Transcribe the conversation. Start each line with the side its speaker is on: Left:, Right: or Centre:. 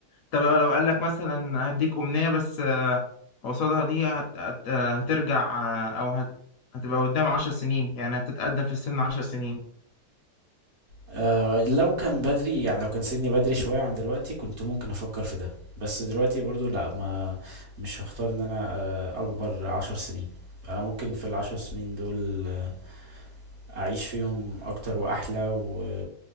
Left: طب لو قال لك مثلا هديك أمنية بس آه، قصادها دي هت... هت... آه، هترجع آه، أو هت... هتبقى قدام عشر سنين يعني هتتقدم في السن عشر سنين
Right: آه لو كان بدري يعني لو كان سني بدري شويه عن دلوقتي كنت ممكن افكر في ده بس دلوقتي برضو لا ما مش هختار ان انا آه اكبر عشر سنين انا ممكن في العشر سنين دول آه اعيش فيهم اكتر واحلى و...